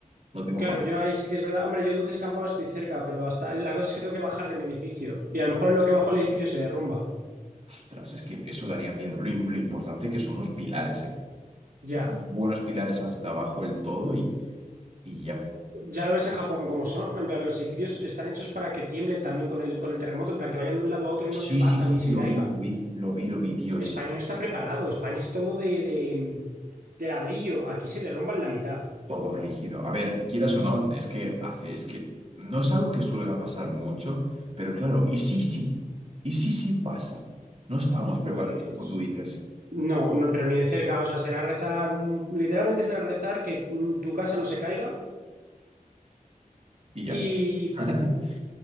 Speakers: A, on the right (about 45°); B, on the right (about 85°).
A: lo tengo
B: Claro,
A: fácil.
B: yo ahí sí que es verdad. Hombre, yo de un descampado estoy cerca, pero hasta la cosa es que tengo que bajar de mi edificio. Y a lo mejor lo que bajo el edificio se derrumba.
A: Ostras, es que eso daría miedo. Lo, im- lo importante que son los pilares, ¿eh?
B: Ya,
A: O sea, unos buenos pilares hasta abajo del todo y, y ya.
B: ya lo ves en Japón como son. En plan, los edificios están hechos para que tiemblen también con el, con el terremoto, en plan, que vayan de un lado a otro y
A: Sí,
B: no se partan
A: sí, sí,
B: ni se
A: lo
B: caigan.
A: vi, lo vi, lo vi, lo vi, tío, es
B: España no está preparado. España es todo de, de, de ladrillo. Aquí se derrumba en la mitad.
A: todo rígido. A ver, quieras o no, es que hace, es que no es algo que suele pasar mucho, pero claro, y sí, sí, y sí, sí pasa. No estamos preparados,
B: Pues
A: como tú dices,
B: No, no, pero ni de cerca, o sea, será rezar, un- literalmente será rezar que mm, tu casa no se caiga
A: y ya
B: y,
A: está.
B: pf,
A: <laughs>